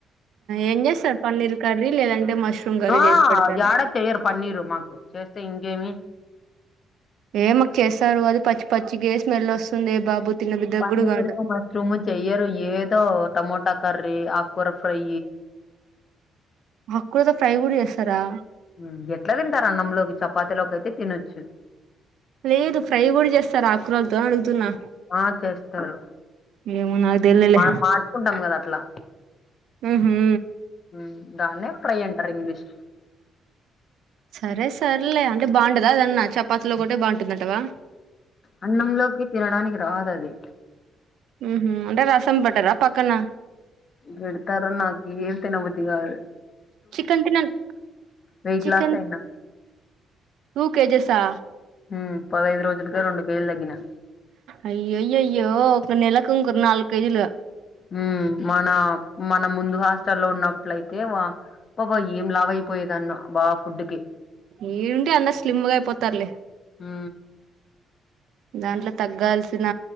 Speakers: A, on the right (about 75°); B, on the left (about 40°).
A: ఏం చేస్తారు పన్నీర్ కర్రీ లేదంటే మష్రూమ్ కర్రీ
B: ఆ
A: చేసి పెడతారు
B: యాడ చెయ్యరు పన్నీరు మాకు చేస్ తె ఇంగేమి
A: ఏమక్ చేస్తారు అది పచ్చి పచ్చిగే స్మెల్ వస్తుందే బాబు తినబుద్ధి
B: పన్నీరు
A: కూడా కాదు
B: మష్రూము చెయ్యరు ఏదో టమోటా కర్ రీ ఆక్కూర ఫ్రై
A: ఆక్కూరతో ఫ్రై గుడ జేస్తరా
B: మ్మ్ ఎట్ల తింటారు అన్నంలోకి చపాతిలోకైతే తినొచ్చు
A: లేదు ఫ్రై గుడ చేస్తారా ఆక్కురల్తో అనడుగుతున్నా
B: ఆ చేస్తరు
A: ఏమో నాకు తెలీలే
B: మనం మాడ్చుకుంటాం కదా అట్లా
A: ఉహు
B: మ్మ్ దాన్నే ఫ్రై అంటరు ఇంగ్లీష్
A: సరే సర్లే అంటే బాండదా అదన్నా చపాతిలొకటే బాంటుందంటవా
B: అన్నం లోకి తినడానికి రాదది
A: మ్మ్ హు అంటే రసం బట్టరా పక్కన
B: గడ్తారో నాకు ఏం తినబుద్ధి కాదు
A: చికెన్ తినను
B: వెయిట్
A: చికెన్
B: లాస్ అయినా.
A: టూ కేజేసా
B: హ్మ్. రోజులకే కేజీలు తగ్గినా.
A: అయ్యోయ అయ్యో ఒక నెలాకుకరు నాలు క కేజీలు
B: ఉమ్ మన మన ముందు హాస్టల్లో ఉన్నప్పులయితే బబ ఏం లావయిపోయేదన్న బాబ ఫుడ్ క
A: ఏడుంటే అందరు స్లిమ్గా అయిపోతారులే
B: హ
A: దాంట్లో తగ్గాల్సిన